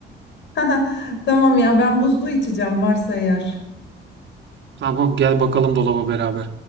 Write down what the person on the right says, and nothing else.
Tamam, gel bakalım dolaba beraber.